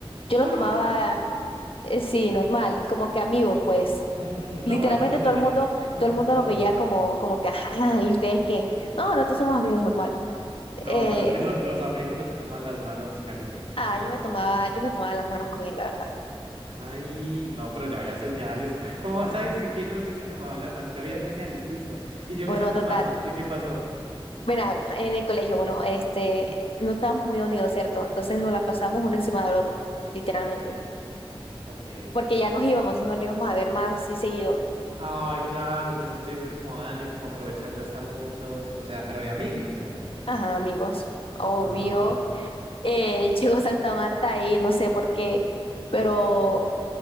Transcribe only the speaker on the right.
¡Ah!
Mm,
no, eso no es
de ami-
Ah,
No.
No,
pero es que los, los amigos no se toman las manos, Karina.
O sea.
Ay, no, pero ya había señales. <laughs> ¿Cómo vas a decir que no si se tomaban las manos? Ya habían señales, listo. Y llegó
Santa
Marta. ¿Y qué pasó?
Ok.
Ay, claro, pues ese último año como aprovechando estar juntos, o sea, pero de amiguis, o sea.
Ajá.